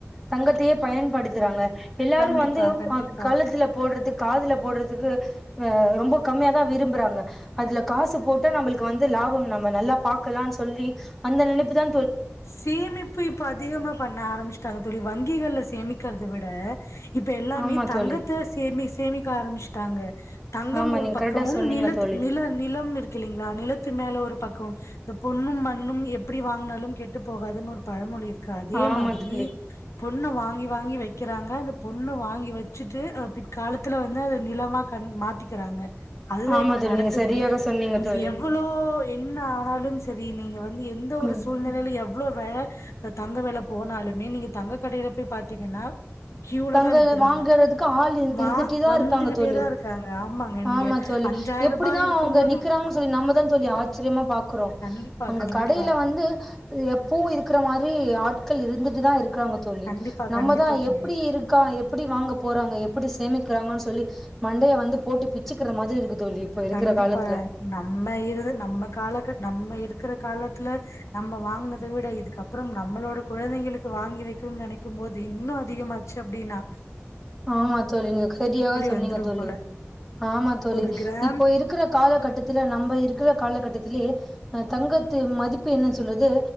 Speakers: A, in the centre; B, on the left.
A: தங்கத்தையே பயன்படுத்துறாங்க எல்லாரு
B: கண்டிப்பா
A: வந்து
B: கண்டிப்பா
A: ஆ கழுத்துல போடுறதுக்கு காதுல போடுறதுக்கு ஆ ரொ ரொம்ப கம்மியா தா விரும்புறாங்க அதுல காசு போட்ட நம்புளுக்கு வந்து லாபம் நம்ம நல்லா பாக்கலானு சொல்லி அந்த நினைப்புதா
B: சேமிப்பு இப்ப அதிகமா பண்ண ஆரம்பிச்சட்டாங்க தோளி வங்கிகள்ல சேமிக்கறத விட இப்ப எல்லாமே
A: ஆமா
B: தங்கத்தை
A: தோழி
B: சேமி சேமி க்கா ஆரம்பிச்சுட்டாங்க தங்கம்
A: ஆமா
B: ஒரு
A: நீங்க
B: பக்கமும்
A: கரெக்டா சொன்னீங்க
B: நிலத்
A: தோழி
B: நில நிலம் இருக்கு இல்லலைங்களா நிலத்து மேல ஒரு பக்கமும் இந்த பொண்ணும் மண்ணும் எப்பிடி வாங்கினாலும் கெ ட்டு போகாதுன்னு ஒரு பழமொழி இருக் அதே
A: ஆமா
B: மாதிரி
A: தோழி
B: பொண்ணு வாங்கி வாங்கி வெக்கிறாங்க அந்த பொண்ணு வாங்கி வச்சுட்டு பிற்காலத்துல வந்து அத நிலமா கண் மாத்திக்கிறாங்க அதுதா
A: ஆமா
B: இப்போ
A: தோழி
B: நடக்குது
A: நீங்க சரியாக சொன்னீங்க
B: நீங்க
A: தோழி
B: எவ்வளோ என்ன ஆனாலும் சரி நீங்க வந்து எந்த ஒரு
A: ம்
B: சூழ்நிலையில எவ்வளவு வே தங்க வேல போனாலுமே நீங்க தங்க கடையில போய் பாத்தீங்கன்னா கியூல
A: தங்க
B: தா நிக்கிறாங்க
A: வாங்கறதுக்கு ஆள்
B: வா
A: இருந்துட்டே தா
B: வந்துகிட்டே
A: இருக்காங்க தோழி
B: தா இருக்காங்க ஆமாங்க நீங்க
A: ஆமா தோழி
B: அஞ்சாயிர
A: எப்பிடிதா
B: ரூபா இருக்கும்
A: அவங்க
B: போதும்
A: நிக்கிறாங்கன்னு சொல்லி நம்மதா தோழி ஆச்சரியமா பாக்குறோ
B: கண்டிப்பா
A: அங்க
B: கண்டிப்பா
A: கடையில வந்து எப் பூ இருக்கிற மாரி ஆட்கள் இருந்துட்டுதா இருக் இருக்காங்க தோளி
B: கண்டிப்பா
A: நம்ம
B: கண்டிப்பா
A: தா
B: தோழி
A: எப் எப்பிடி இருக்கா எப்பிடி வாங்க போறாங்க எப்பிடி சேமிக்கிறாங்கன்னு சொல்லி மண்டைய வந்து போட்டு பிச்சுக்கிற மாரி இருக்கு தோழி இப்ப இருக்கிற
B: கண்டிப்பா
A: காலத்துல
B: நம்ம இருது நம்ம காலகட்ட நம்ம இரு இருக்கிற காலத்துல நம்ம வாங்கினதை விட இதுக்கப்புறம் நம்மளோட குழந்தைங்களுக்கு வாங்கி வெக்கணும்னு நெனைக்கும் போது இன்னு அதிகமாச்சு அப்பிடின்னா
A: ஆமா தோளி நீங்க சரியாகா சொன்னீங்க
B: வந்துரும்
A: தோளி
B: போல
A: ஆமா தோளி
B: ஒரு கிராம்
A: இப்போ இருக் குற காலகட்டத்துல நம்ப இருக்கிற காலகட்டத்திலயே தங்கத்து மதிப்பு என்ன சொல்லுது